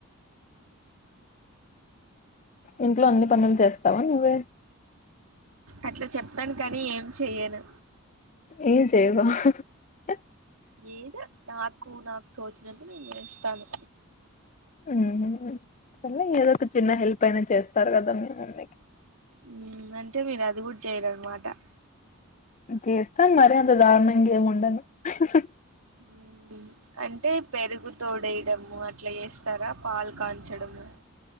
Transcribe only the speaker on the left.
ఇంట్లో అన్ని పనులు చేస్తావా నువ్వే
ఏం చేయవా అ
ఉహూ కొన్ని ఏదో ఒక చిన్న హెల్ప్ అయినా చేస్తారు కదా అందుకే
చేస్తాను మరి అంత దారుణంగేమి ఉండను. హ హ